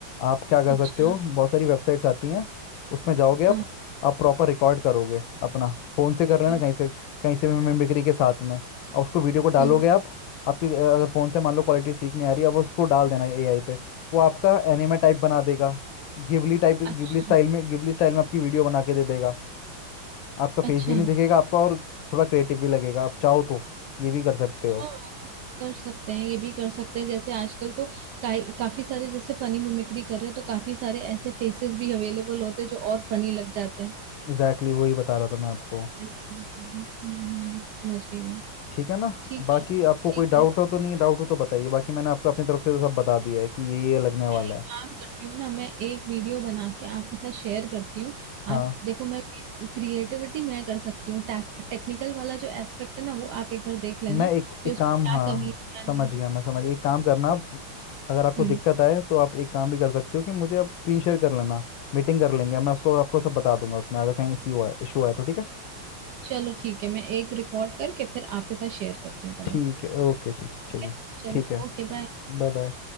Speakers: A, on the left (about 75°); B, on the right (about 75°).
A: आप क्या कर
B: अच्छा
A: सकते हो बहुत सारी वेबसाइट्स आती हैं उसमें जाओगे आप
B: हाँ
A: आप प्रॉपर रिकॉर्ड करोगे अपना फ़ोन से कर
B: ठीक
A: लेना
B: है
A: कहीं से कहीं से भी मिमिक्री के साथ में और उसको वीडियो को डालोगे
B: हम्म
A: आप आपकी अ, अगर फ़ोन से मान लो क्वालिटी ठीक नहीं आ रही अब उसको डाल देना एआई पे वो आपका एनिमे टाइप बना देगा गिबली टाइप
B: अच्छा
A: गिबली स्टाइल में गिबली स्टाइल में आपकी वीडियो बना के दे देगा आपका फेस
B: अच्छा
A: भी नहीं दिखेगा आपका और थोड़ा क्रिएटिव भी लगेगा आप चाहो तो ये भी कर सकते हो
B: हाँ कर सकते हैं ये भी कर सकते हैं जैसे आजकल तो का, काफी सारे जैसे फनी मिमिक्री कर रहे हैं तो काफी सारे ऐसे फेसेस भी अवेलेबल होते हैं जो और फनी लग जाते हैं
A: एग्जैक्टली exactly वही बता रहा था मैं आपको
B: रिटर्न हम्म, समझ गई मैं
A: ठीक है ना
B: ठीक
A: बाकी
B: है
A: आपको
B: ठीक
A: कोई डाउट
B: है
A: हो तो नहीं डाउट हो तो बताइए बाकी मैंने आपको अपनी तरफ से तो सब बता दिया है कि ये ये लगने
B: मैं
A: वाला
B: एक
A: है
B: काम करती हूँ ना मैं एक वीडियो बना के आपके साथ शेयर करती हूँ
A: हाँ
B: आप देखो मैं क्रिएटिविटी मैं कर सकती हूँ टेक्निकल वाला जो एस्पेक्ट है ना वो आप एक बार देख लेना
A: मैं एक
B: कि
A: एक
B: उसमें
A: काम हाँ
B: क्या कमी है क्या नहीं
A: समझ
B: है
A: गया मैं समझ
B: तो
A: गया एक काम करना आप अगर आपको
B: हम्म
A: दिक्कत आए तो आप एक काम भी कर सकते हो कि मुझे आप स्क्रीन शेयर कर लेना मीटिंग कर लेंगे मैं उसको आपको सब बता दूंगा उसमें अगर कहीं इश्यू आए इशू आए तो ठीक है
B: चलो ठीक है मैं एक रिकॉर्ड करके फिर आपके साथ शेयर करती हूँ पहले
A: ठीक है ओके जी
B: ठीक
A: चलिए
B: है चलो
A: ठीक है
B: ओके बाय
A: Bye bye